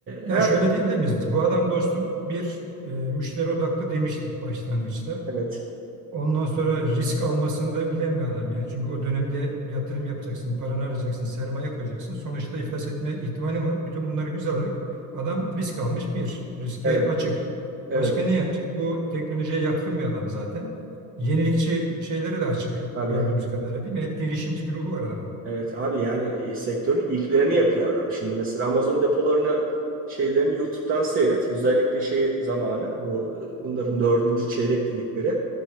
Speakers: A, on the right; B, on the right.
A: Yani
B: her
A: şöyle diyebilir miyiz? Bu adam dostum bir e, müşteri odaklı demiştik başlangıçta.
B: evet,
A: Ondan sonra risk almasını da bilen bir adam yani. Çünkü o dönemde yatırım yapacaksın, paranı arayacaksın, sermaye koyacaksın. Sonuçta iflas etme ihtimalin var. Bütün bunları göze alarak adam risk almış bir. Riske
B: evet,
A: açık.
B: evet
A: Başka niye açık? Bu teknolojiye yatkın bir adam zaten. Yenilikçi şeyleri de açık
B: abi
A: gördüğümüz kadarıyla değil mi? Hep girişimci bir ruhu var adamın.
B: Evet abi yani e, sektörün ilklerini yapıyor adam. Şimdi mesela Amazon depolarını şeylerini YouTube'dan seyret. Özellikle şey zamanı bu e, bunların dördüncü çeyrek dedikleri